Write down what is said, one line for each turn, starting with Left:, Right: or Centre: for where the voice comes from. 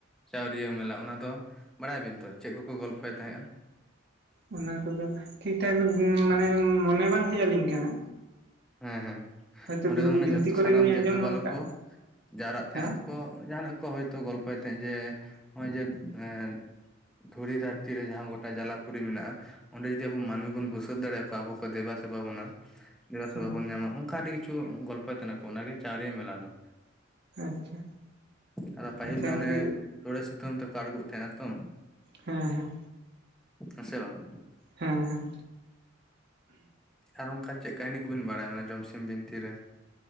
Centre: ᱪᱟᱹᱣᱨᱤᱭᱟᱹ ᱢᱮᱞᱟ ᱚᱱᱟ ᱫᱚ ᱵᱟᱲᱟᱭᱟᱵᱤᱱ ᱛᱚ ᱪᱮᱜ ᱠᱚᱠᱚ ᱜᱚᱞᱯᱷᱚᱭ ᱛᱟᱦᱮᱸᱜᱼᱟ?
Right: ᱚᱱᱟ ᱠᱚᱫᱚ ᱴᱷᱤᱠ ᱴᱷᱟᱠ ᱢᱟᱱᱮ ᱢᱚᱱᱮ ᱵᱟᱝ ᱦᱮᱜ ᱟᱹᱞᱤᱧ ᱠᱟᱱᱟ᱾
Centre: ᱦᱮᱸ ᱦᱮᱸ
Right: ᱦᱚᱭᱛᱳ
Centre: ᱚᱸᱰᱮ ᱫᱚ ᱢᱟᱱᱮ
Right: ᱵᱤᱱᱛᱤ
Centre: ᱡᱷᱚᱛᱚ
Right: ᱠᱚᱨᱮ
Centre: ᱥᱟᱱᱟᱢ
Right: ᱜᱮᱞᱤᱧ ᱟᱸᱡᱚᱢ
Centre: ᱫᱮᱵᱼᱫᱮᱵᱟᱞᱳᱠ
Right: ᱠᱟᱜᱼᱟ
Centre: ᱠᱚ ᱡᱟᱣᱨᱟᱜ ᱛᱟᱦᱮᱸᱜᱼᱟ
Right: ᱦᱮᱸ
Centre: ᱟᱨᱠᱚ ᱡᱟᱦᱟᱱᱟᱜ ᱠᱚ ᱦᱚᱭᱛᱚ ᱜᱚᱞᱯᱚᱭ ᱛᱟᱦᱮᱸᱜ ᱡᱮ ᱦᱚᱸᱜᱼᱚᱭ ᱡᱮ ᱮᱸ ᱫᱷᱩᱲᱤ ᱫᱷᱟᱹᱨᱛᱤ ᱨᱮ ᱡᱟᱦᱟᱸ ᱜᱚᱴᱟ ᱡᱟᱞᱟᱯᱩᱨᱤ ᱢᱮᱱᱟᱜᱼᱟ ᱚᱸᱰᱮ ᱡᱩᱫᱤ ᱟᱵᱚ ᱢᱟᱹᱱᱢᱤ ᱵᱚᱱ ᱵᱩᱥᱟᱹᱛ ᱫᱟᱲᱮᱭᱟᱠᱚᱣᱟ ᱟᱵᱚ ᱠᱚ ᱫᱮᱵᱟ ᱥᱮᱵᱟ ᱵᱚᱱᱟ᱾ ᱫᱮᱵᱟ ᱥᱮᱵᱟ
Right: ᱦᱮᱸ
Centre: ᱵᱚᱱ ᱧᱟᱢᱟ ᱚᱝᱠᱟ ᱟᱹᱰᱤ ᱠᱤᱪᱷᱩ ᱜᱚᱞᱯᱚᱭ ᱛᱟᱦᱮᱱᱟ ᱠᱚ ᱚᱱᱟᱜᱮ ᱪᱟᱹᱣᱨᱤᱭᱟᱹ ᱢᱮᱞᱟ ᱫᱚ᱾
Right: ᱟᱪᱪᱷᱟ
Centre: ᱟᱫᱚ ᱯᱟᱹᱦᱤᱞ
Right: ᱟᱪᱪᱷᱟ
Centre: ᱫᱚ
Right: ᱜᱚᱝᱠᱮ
Centre: ᱦᱟᱱᱮ ᱛᱚᱲᱮ ᱥᱩᱛᱟᱹᱢ ᱛᱮᱠᱚ ᱟᱬᱜᱚᱜ ᱛᱟᱦᱮᱸᱜᱼᱟ ᱛᱚ᱾
Right: ᱦᱮᱸ ᱦᱮᱸ
Centre: ᱦᱮᱸ ᱥᱮ ᱵᱟᱝ?
Right: ᱦᱮᱸ ᱦᱮᱸ
Centre: ᱟᱨ ᱚᱱᱠᱟ ᱪᱮᱫ ᱠᱟᱹᱦᱱᱤ ᱠᱚᱵᱤᱱ ᱵᱟᱲᱟᱭᱟ ᱢᱟᱱᱮ ᱡᱚᱢᱥᱤᱢ ᱵᱤᱱᱛᱤᱨᱮ